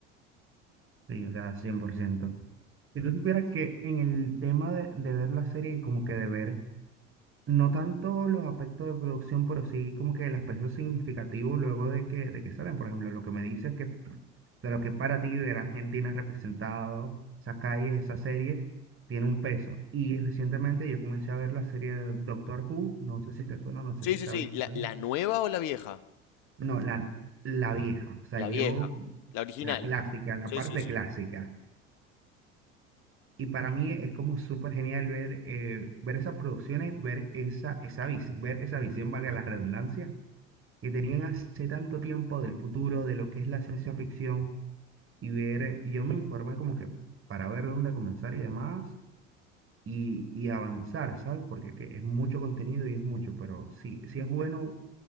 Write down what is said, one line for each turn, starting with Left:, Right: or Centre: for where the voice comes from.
Right: Sí, o sea, cien por ciento Si tú supieras que en el tema de, de ver la serie y como que de ver, no tanto los aspectos de producción, pero sí como que el aspecto significativo luego de que, de que salen. Por ejemplo, lo que me dices que de lo que para ti ver a Argentina representado, esa calle, esa serie, tiene un peso. Y recientemente yo comencé a ver la serie de Doctor Who, no sé si te suena, no sé
Left: Sí,
Right: si sabes
Left: sí, sí,
Right: cuál
Left: la, la
Right: es.
Left: nueva o la vieja?
Right: No, la, la vieja, o sea,
Left: La
Right: yo,
Left: vieja, la original.
Right: la clásica, la
Left: Sí,
Right: parte
Left: sí, sí.
Right: clásica. Y para mí es como súper genial ver, eh, ver esas producciones, ver esa, esa, vis- ver esa visión, valga la redundancia, que tenían hace tanto tiempo del futuro, de lo que es la ciencia ficción, y ver, yo me informé como que para ver dónde comenzar y demás, y, y avanzar, ¿sabes? Porque que es mucho contenido y es mucho, pero sí, sí es bueno